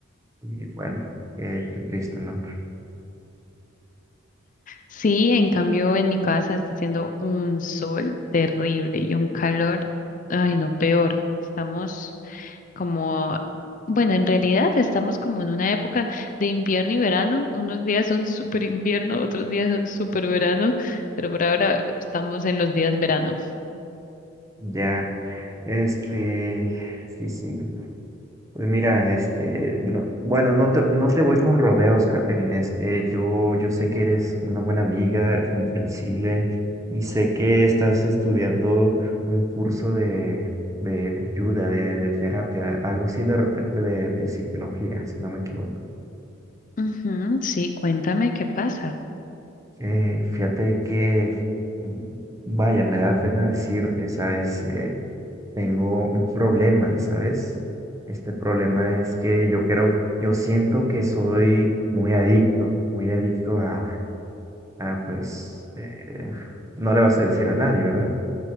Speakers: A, on the right; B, on the left.
A: y bueno, qué, qué triste, ¿no?
B: Sí, en cambio en mi casa está haciendo un sol terrible y un calor, ay no, peor. Estamos como, bueno, en realidad estamos como en una época de invierno y verano. Unos días son súper invierno, otros días son súper verano, pero por ahora estamos en los días verano.
A: Ya, este, sí, sí. Pues mira, este, no- bueno, no te, no te voy con rodeos, Catherine. Este, yo, yo sé que eres una buena amiga, comprensible, y sé que estás estudiando un curso de, de, de ayuda, de, de terapia, algo así de repente de, de psicología, si no me equivoco.
B: Ujú, sí, cuéntame qué pasa.
A: Eh, fíjate que, mm, vaya, me da pena decirte, ¿sabes? Eh, Tengo un problema, ¿sabes? Este problema es que yo creo, yo siento que soy muy adicto, muy adicto a, a, pues, eh, no le vas a decir a nadie, ¿verdad?